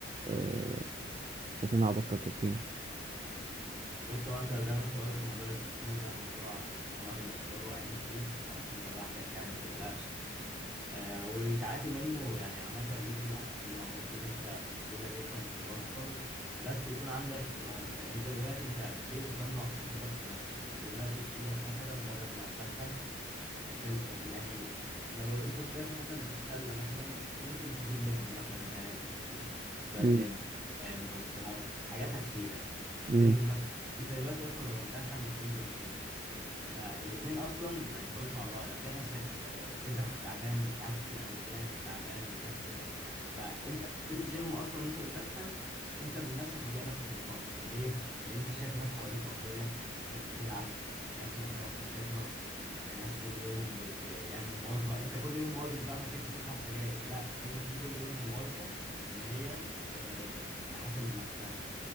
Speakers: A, on the right; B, in the centre.
A: آه، بحيث إن أنا أبطل تدخين؟
B: بص هو انت زي ما انت قلت موضوع التدخين ده موضوع معظم الشباب واقعين فيه فمش انت لوحدك يعني ما تقلقش آه والتعافي منه يعني عامة ليه طرق كتيرة ممكن انت بسهولة جدا تبطل بس يكون عندك إرادة يعني انت دلوقتي انت ليه بتدمر صحتك بنفسك؟ انت دلوقتي في ايدك مثلا بدل ما تدخن في ال... يعني لو انت داخل مثلا بتتسلى مثلا ممكن تجيب لب مثلا مكان التدخين شوية
A: مم.
B: لب آه، مكسرات حاجات هتفيدك
A: مم.
B: تنزل مثلا انت دلوقتي اصلا لو بتدخن وبتنزل الجيم فالاتنين اصلا ما ينفعوش مع بعض هتلاقي نفسك آه، صدرك تعبان مش هتعرف تشيل اوزان تعبان مكسل فانت لو نزلت جيم اصلا وانت بتدخن انت من نفسك هتلاقي نفسك بتبطل ليه؟ لان انت شايف الناس حواليك اقوياء ناس بتلعب ناس مهتمه بصحتها ناس كل يوم بت يعني مواظبه انت كل يوم مواظب بقى انك انت تشرب سجاير لا الناس دي كل يوم مواظبه ان هي آه، تحسن من نفسها